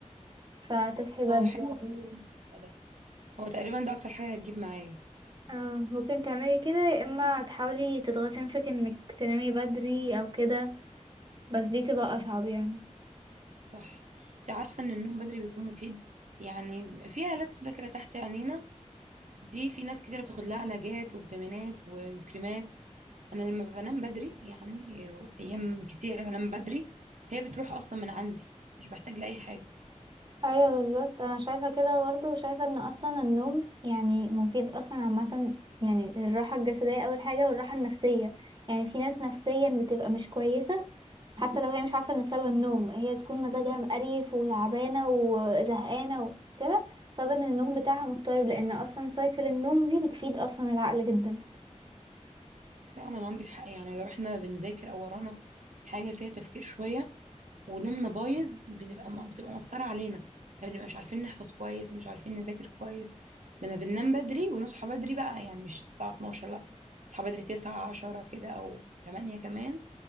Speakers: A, on the right (about 35°); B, on the right (about 75°).
A: فتصحي بدري
B: اه حلو
A: يعني
B: حلو ده هو تقريبا ده اكتر حاجة هتجيب معايا
A: اه ممكن تعملي كده يا اما تحاولي تضغطي نفسك انك تنامي بدري او كده بس دي تبقى اصعب يعني
B: صح انتي عارفة ان النوم بدري بيكون مفيد يعني بيبقى في هالات سودا كده تحت عينينا دي في ناس كتير بتاخد لها علاجات وفيتامينات وكريمات انا لما بنام بدري يعني ايام كتير بنام بدري هي بتروح اصلا من عندي مش بحتاج لاي حاجه
A: ايوه بالظبط انا شايفه كده برضه وشايفه ان اصلا النوم يعني مفيد اصلا عامه يعني الراحه الجسديه اول حاجه والراحه النفسيه يعني في ناس نفسيا بتبقى مش كويسه حتى لو هي مش عارفه ان سبب النوم هي بتكون مزاجها مقريف وتعبانه وزهقانه وكده بسبب ان النوم بتاعها مضطرب لان اصلا سايكل النوم دي بتفيد اصلا العقل جدا
B: فعلا عندك حق يعني لو احنا بنذاكر او ورانا حاجه فيها تفكير شويه ونومنا بايظ بنبقى ما بتبقى مأثره علينا ما بنبقاش عارفين نحفظ كويس مش عارفين نذاكر كويس لما بننام بدري ونصحى بدري بقى يعني مش الساعه 12 لا نصحى بدري 9 10 كده او 8 كمان